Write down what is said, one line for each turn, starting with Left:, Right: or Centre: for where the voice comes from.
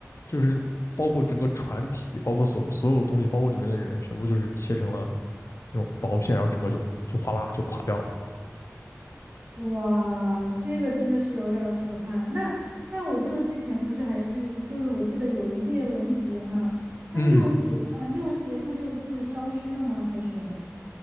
Left: 就是包括整个船体，包括所所有东西，包括里面的人，全部就是切成了那种薄片，然后整个就就哗啦就垮掉了。
Right: 哇，这个真的是有点儿可怕。那那我记得之前不是还是就是我记得有叶文洁嘛，
Left: 嗯，
Right: 那叶文洁呢？叶文洁她就就是消失了吗？还是？